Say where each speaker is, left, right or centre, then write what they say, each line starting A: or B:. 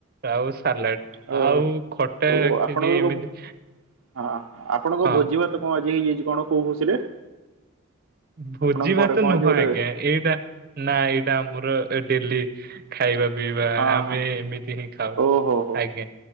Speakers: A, on the right (about 45°); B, on the right (about 85°).
A: ଆଉ- ସାଲାଡ
B: ଓ
A: ଆଉ ଖଟା
B: ଓ
A: ଖିରି
B: ଆପଣଙ୍କର କଣ
A: ଏମିତି।
B: ହଁ ଆପଣଙ୍କ
A: ହଁ
B: ଭୋଜି ଭାତ କଣ ଆଜି ହେଇଯାଇଛି କଣ କୋଉ ଖୁସିରେ।
A: ଭୋଜି
B: ଆପଣଙ୍କ
A: ଭାତ
B: ଘରେ କଣ
A: ନୁହଁ
B: ଆଜି ଗୋଟେ
A: ଆଜ୍ଞା ଏଇଟା ନା ଏଇଟା ଆମର। ଏ ଡେଲି ଖାଇବା ପିଇବା
B: ହଁ
A: ଆମେ
B: ହଁ
A: ଏମିତି ହିଁ ଖାଉ
B: ଓହୋ ହୋ
A: ଆଜ୍ଞା।